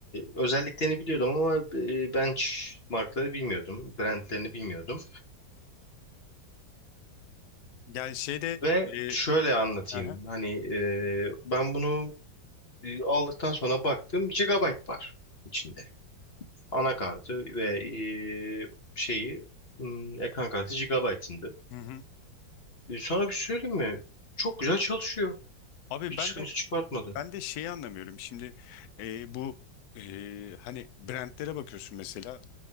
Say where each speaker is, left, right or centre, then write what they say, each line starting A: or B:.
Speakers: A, on the left; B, on the left.
A: özelliklerini biliyordum ama e, benchmarkları bilmiyordum. Brandlerini bilmiyordum.
B: Yani şeyde
A: Ve
B: e,
A: şöyle anlatayım.
B: aha.
A: Hani e, ben bunu e, aldıktan sonra baktım. Gigabyte var içinde. anakartı ve e, şeyi hmm, ekran kartı GB'ındı.
B: Hı hı.
A: Sana bir şey söyleyeyim mi? Çok güzel çalışıyor.
B: Abi
A: Hiç
B: ben
A: sıkıntı
B: de
A: çıkartmadı.
B: ben de şeyi anlamıyorum. Şimdi e, bu e, hani brandlere bakıyorsun mesela